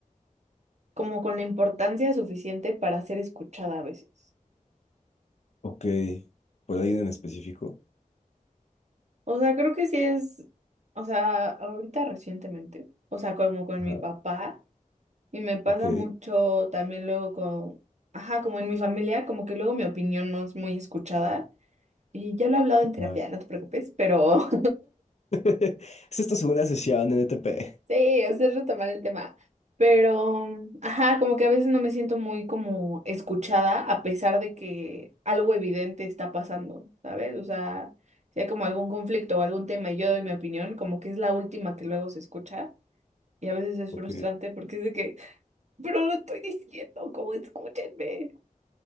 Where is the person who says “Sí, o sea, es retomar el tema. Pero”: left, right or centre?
Right